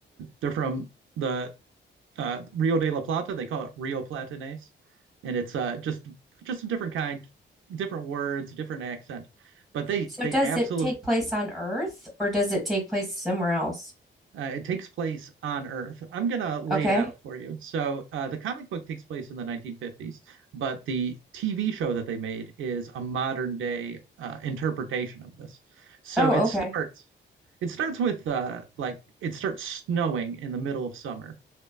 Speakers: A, on the right (about 80°); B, in the centre.
A: they're from the uh, Rio de la Plata. They call it Rio Platanés, and it's uh, just just a different kind, different words, different accent. But they
B: So
A: they
B: does
A: absolutely
B: it take place on Earth or does it take place somewhere else?
A: uh, it takes place on Earth. I'm gonna lay
B: Okay.
A: it out for you. So uh, the comic book takes place in the 1950s, but the TV show that they made is a modern day uh, interpretation of this. So
B: Oh,
A: it
B: okay.
A: starts it starts with uh, like it starts snowing in the middle of summer,